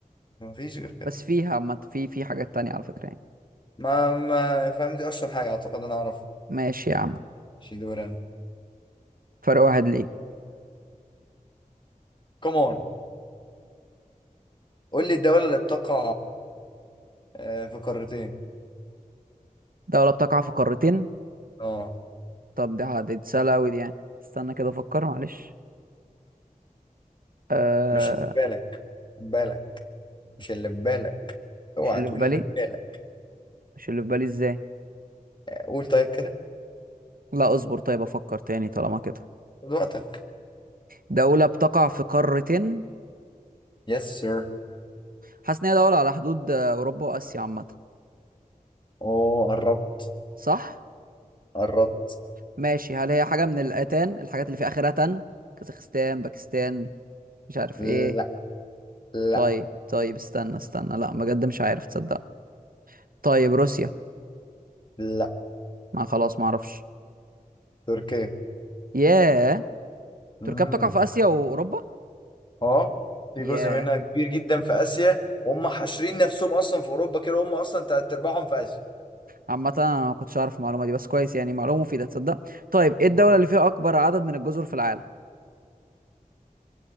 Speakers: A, on the left (about 30°); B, on the right (about 75°).
A: مفيش غير كده
B: بس فيها عامه في في حاجات تانية على فكره يعني
A: ما ما فاهم دي أشهر حاجة أعتقد أنا أعرفها
B: ماشي يا عم
A: مش دور أنا
B: فرق واحد ليك
A: كمان قول لي الدولة اللي بتقع آه، في قارتين
B: دولة بتقع في قارتين
A: اه
B: طب دي ح- دي سهلة أوي دي يعني استنى كده أفكر معلش آه
A: مش اللي في بالك خد بالك مش اللي في بالك اوعى
B: مش اللي
A: تقول
B: في بالي
A: اللي في بالك
B: مش اللي في بالي إزاي
A: قول طيب كده
B: لا اصبر طيب أفكر تاني طالما كده
A: خد وقتك
B: دولة بتقع في قارتين
A: يس سير
B: حاسس إن هي دولة على حدود آه، أوروبا وآسيا عامة
A: اوه قربت
B: صح؟
A: قربت
B: ماشي هل هي حاجة من الآتان الحاجات اللي في آخرها تن كازاخستان باكستان مش عارف
A: لا
B: إيه
A: لا
B: طيب طيب استنى استنى لا بجد مش عارف تصدق طيب روسيا
A: لا
B: ما خلاص ما أعرفش
A: تركيا
B: ياه
A: مم.
B: تركيا بتقع في آسيا وأوروبا؟
A: اه في
B: ياه
A: جزء منها كبير جدا في اسيا وهم حاشرين نفسهم اصلا في اوروبا كده هم اصلا تلات ارباعهم في اسيا
B: عامة انا ما كنتش اعرف المعلومة دي بس كويس يعني معلومة مفيدة تصدق طيب ايه الدولة
A: مم.
B: اللي فيها اكبر عدد من الجزر في العالم